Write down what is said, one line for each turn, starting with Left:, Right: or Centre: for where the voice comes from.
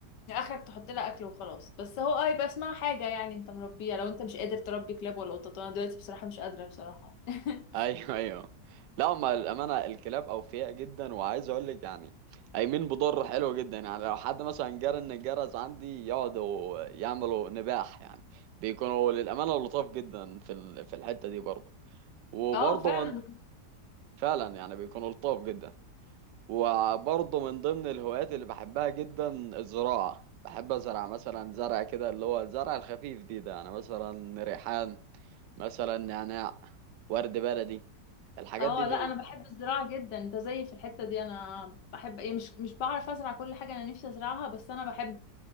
Left: يعني اخرك تحط لها اكل وخلاص بس هو اه يبقى اسمها حاجه يعني انت مربيها لو انت مش قادر تربي كلاب ولا قطط انا دلوقتي بصراحه مش قادره بصراحه <laughs>
Right: ايوه ايوه لا هما الامانه الكلاب اوفياء جدا وعايز اقول لك يعني قايمين بضر حلو جدا يعني لو حد مثلا جرى ان الجرس عندي يقعدوا يعملوا نباح يعني بيكونوا للامانه لطاف جدا في ال... في الحته دي برضه وبرضه
Left: اه فعلا
Right: من... فعلا يعني بيكونوا لطاف جدا وبرضه من ضمن الهوايات اللي بحبها جدا الزراعة بحب أزرع مثلا زرع كده اللي هو الزرع الخفيف دي ده يعني مثلا ريحان مثلا نعناع ورد بلدي الحاجات
Left: اه
Right: دي دي
Left: لا انا بحب الزراعه جدا انت زيي في الحته دي انا بحب ايه مش مش بعرف ازرع كل حاجه انا نفسي ازرعها بس انا بحب